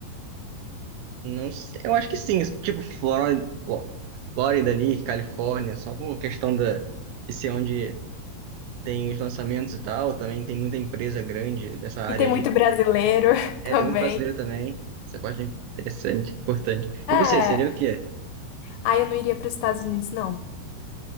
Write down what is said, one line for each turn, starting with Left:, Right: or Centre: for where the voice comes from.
Right: Não sei, eu acho que sim, tipo Flórida, Fló- Flórida ali, Califórnia, só por questão da, de ser onde tem os lançamentos e tal, também tem muita empresa grande dessa área
Left: E tem
Right: aí.
Left: muito brasileiro <laughs>
Right: É,
Left: também.
Right: tem muito brasileiro também, essa parte é interessante, importante.
Left: É.
Right: E você, seria o quê?
Left: Ah, eu não iria para os Estados Unidos, não.